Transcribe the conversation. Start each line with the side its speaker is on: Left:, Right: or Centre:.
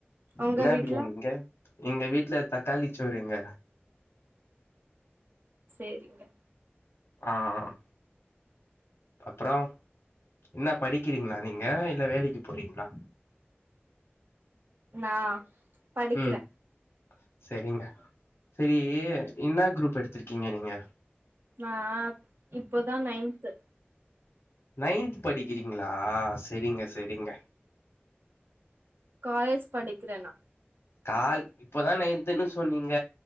Right: உங்க
Left: என்னா
Right: வீட்ல
Left: பிரியாணிங்க? எங்க வீட்ல தக்காளிச்சோறுங்க.
Right: சேரிங்க.
Left: ஆ அ. அப்புறோ என்னா படிக்கிறிங்ளா நீங்க இல்ல வேலைக்கி போறீங்ளா?
Right: நா படிக்கிறே
Left: ம் செரிங்க செரி என்னா குரூப் எடுத்திருக்கிங்க நீங்க?
Right: நா இப்போதா நைன்த்து
Left: நைன்த்து படிக்கிறிங்ளா செரிங்க செரிங்க.
Right: காலேஜ் படிக்கிற நா.
Left: கால் இப்பதா நைன்த்துன்னு சொன்னீங்க.